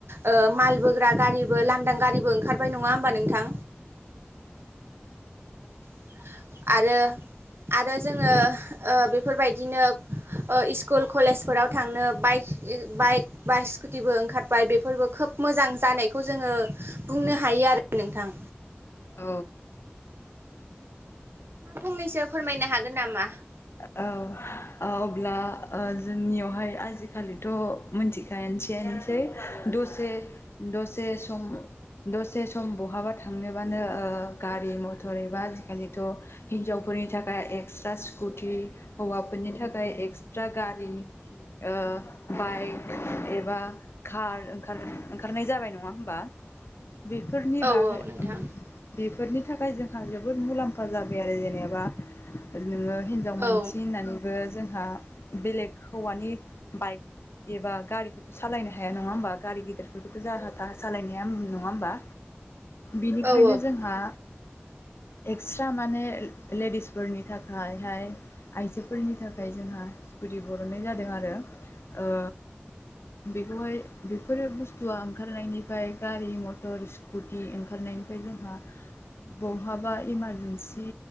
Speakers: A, on the right; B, on the left.
A: ओ मालबोग्रा गारिबो लानदां गारिबो ओंखारबाय नङा होमबा नोंथां <unintelligible> आरो आरो जोङो ओ बेफोरबायदिनो ओ स्कुल कलेजफोराव थांनो बाइक इ बाइक बा स्कुटिबो ओंखारबाय बेफोरबो खोब मोजां जानायखौ जोङो बुंनो हायो आरो नोंथां
B: औ
A: फंनैसो फोरमायनो हागोन नामा
B: औ अब्ला ओ जोंनियावहाय आजिखालिथ' मिथिखायानोसैयानोसै दसे दसे सम दसे सम बहाबा थांनोबानो ओ गारि मथर एबा आजिखालिथ' हिनजावफोरनि थाखाय एक्सट्रा स्कुटि हौवाफोरनि थाख थाखाय एक्सट्रा गारिनि ओ बाइक एबा कार ओंखार-ओंखारनाय जाबाय नङा होमबा बेफोरनि
A: औ
B: बागै
A: नोंथां
B: ओम बे बेफोरनि थाखाय जोंहा जोबोद मुलाम्फा जाबाय आरो जेनेबा नोङो हिनजाव
A: औ
B: मानसि होननानैबो जों बेलेग हौवानि बाइक एबा गारिखौथ' सालायनो हाया नङा होमबा गारि गेदिरफोरखौथ' जाहा थाहा सालायनो हाया नङा होमबा बिनिखायनो
A: औ
B: जोंहा एक्सट्रा माने लेडिसफोरनि थाखायहाय आइजोफोरनि थाखाय खाय जोंहा स्कुिटि बरननाय जादों आरो ओ बेखौहाय बेफोरो बुस्थुआ ओंखारनायनिफ्राय गारि मथर स्कुटि ओंखारनायनिफ्राय जोंहा बहाबा इमारजेन्सि